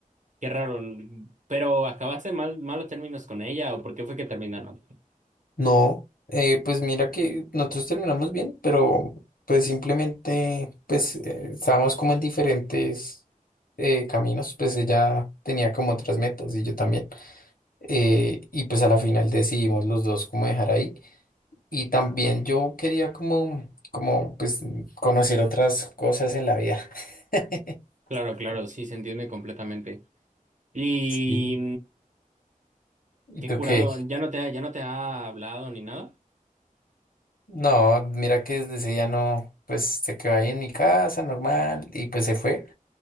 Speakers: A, on the right; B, on the left.
A: qué raro, pero acabaste mal, malos términos con ella, o por qué fue que terminaron.
B: No, eh, pues mira que nosotros terminamos bien, pero pues simplemente pues eh, estábamos como en diferentes eh, caminos, pues ella tenía como otras metas y yo también. eh, y pues a la final decidimos los dos como dejar ahí. Y también yo quería como, como pues conocer otras cosas en la vida. <laughs>
A: Claro, claro, sí, se entiende completamente. Y
B: Sí. ¿Y
A: Qué
B: tú
A: curado,
B: qué?
A: ya no te ha, ya no te ha hablado ni nada.
B: No, mira que desde ese día no, pues se quedó ahí en mi casa normal y pues se fue.